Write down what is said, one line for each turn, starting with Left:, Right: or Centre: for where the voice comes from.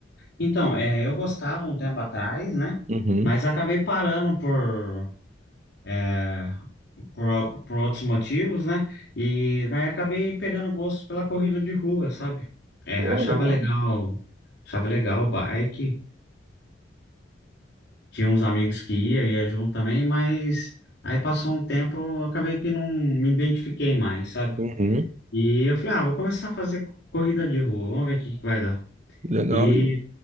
Left: Então, é, eu gostava um tempo atrás, né?
Right: Uhum.
Left: Mas acabei parando por é, por, al- por outros motivos, né? E daí acabei pegando gosto pela corrida de rua, sabe? É,
Right: Pô,
Left: achava
Right: legal.
Left: legal, achava legal o bike. Tinha uns amigos que ia, ia junto também, mas aí passou um tempo, eu acabei que não me identifiquei mais, sabe?
Right: Uhum.
Left: E eu falei, ah, vou começar a fazer co- corrida de rua, vamos ver o que que vai dar.
Right: Legal.
Left: E,